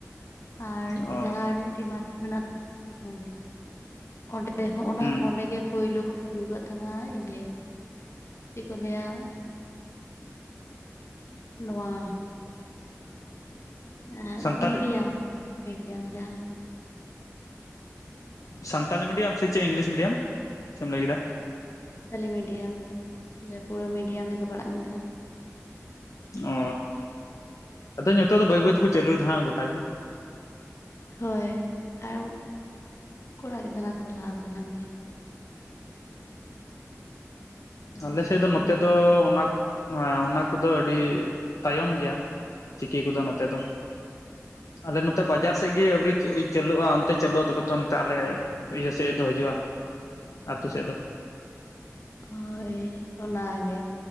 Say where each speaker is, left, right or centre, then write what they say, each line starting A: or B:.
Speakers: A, on the left; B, on the left.
A: ᱟᱨ
B: ᱚ
A: ᱡᱟᱦᱟᱸ ᱟᱨ ᱢᱤᱫᱴᱤᱡ ᱢᱟᱨᱠᱮᱴ ᱢᱮᱱᱟᱜ ᱱᱚᱰᱮ ᱚᱸᱰᱮ ᱰᱮ ᱦᱚᱸ ᱚᱱᱟ
B: ᱦᱩᱸ
A: ᱚᱸᱰᱮ ᱜᱮ ᱯᱩᱭᱞᱩ ᱠᱚ ᱠᱷᱩᱞᱟᱹᱣ ᱠᱟᱜ ᱛᱟᱦᱮᱸᱱᱟ ᱤᱭᱟᱹ ᱪᱮᱫ ᱠᱚ ᱞᱟᱹᱭᱟ ᱱᱚᱣᱟ ᱮᱸᱜ
B: ᱥᱟᱱᱛᱟᱞᱤ
A: ᱢᱤᱰᱤᱭᱟ ᱢᱤᱰᱤᱭᱟᱢ ᱡᱟᱦᱟᱸ
B: ᱥᱟᱱᱛᱟᱞᱤ ᱢᱤᱰᱤᱭᱟᱢ ᱥᱮ ᱪᱮᱫ ᱤᱝᱞᱤᱥ ᱢᱤᱰᱤᱭᱟᱢ ᱪᱮᱫ ᱮᱢ ᱞᱟᱹᱭ ᱠᱮᱫᱟ?
A: ᱥᱟᱱᱛᱟᱞᱤ ᱢᱤᱰᱤᱭᱟᱢ ᱡᱟᱯᱩᱨᱟ ᱢᱤᱰᱤᱭᱟᱢ ᱛᱮᱠᱚ ᱯᱟᱲᱦᱟᱜ ᱠᱟᱱ ᱛᱟᱦᱮᱸᱱᱟ᱾
B: ᱚ ᱟᱫᱚ ᱱᱤᱛᱚᱜ ᱫᱚ ᱵᱟᱹᱭ ᱵᱟᱹᱭ ᱛᱮᱠᱚ ᱪᱟᱹᱞᱩᱭᱫᱟ ᱦᱟᱸᱜ ᱜᱚᱴᱟ ᱜᱮ᱾
A: ᱦᱳᱭ ᱟᱨ ᱠᱚᱲᱟ ᱜᱮᱫᱟᱱᱟ ᱠᱚ ᱞᱟᱦᱟ ᱠᱷᱚᱱᱟᱜ ᱜᱮ᱾ ᱠᱚᱞᱮᱡᱽ
B: ᱚ ᱟᱞᱮ ᱥᱮᱫ
A: ᱠᱚᱨᱮ
B: ᱫᱚ ᱱᱚᱛᱮ
A: ᱦᱚᱸ ᱢᱮᱱᱟᱜ
B: ᱫᱚ ᱚᱱᱟ ᱱᱚᱣᱟ ᱚᱱᱟ ᱠᱚᱫᱚ ᱟᱹᱰᱤ ᱛᱟᱭᱚᱢ ᱜᱮᱭᱟ ᱪᱤᱠᱤ ᱠᱚᱫᱚ ᱱᱚᱛᱮ ᱫᱚ᱾ ᱟᱞᱮ ᱱᱚᱛᱮ ᱵᱟᱡᱟᱨ ᱥᱮᱜ ᱜᱮ ᱟᱣᱨᱤ ᱪᱟᱹ ᱪᱟᱹᱞᱩᱜᱼᱟ ᱚᱱᱛᱮ ᱪᱟᱹᱞᱩᱜᱼᱟ ᱛᱚᱵᱮ ᱱᱚᱱᱛᱮ ᱟᱞᱮ ᱤᱭᱟᱹ ᱥᱮᱫ ᱫᱚ ᱦᱤᱡᱩᱜᱼᱟ᱾ ᱟᱛᱩ ᱥᱮᱫ ᱫᱚ᱾
A: ᱦᱳᱭ ᱚᱱᱟᱜᱮ